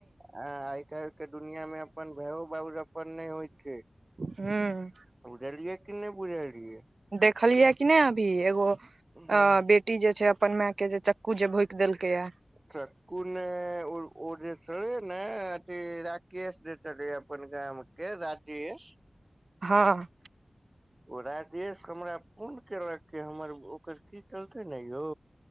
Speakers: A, on the right (about 30°); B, on the right (about 80°).
A: आ आइ काल्हि के दुनिया मे अपन भयो बाबज अपन नहि होइ छै।
B: हूँ
A: बुझलियै कि नहि बुझलियै।
B: देखलियै कि नहि अभी एगो आ
A: हूँ
B: बेट। कुट्ट जे छै अपन माय के जे चक्कू जे भोक देलकै या।
A: चक्कू ने ओ जे चल ने अथि राकेश जे चल। कोनकम के राजेश
B: ह
A: ओ राजेश हमरा पूर्ण केलक के हमर ओकर। कि कलकै ने यौ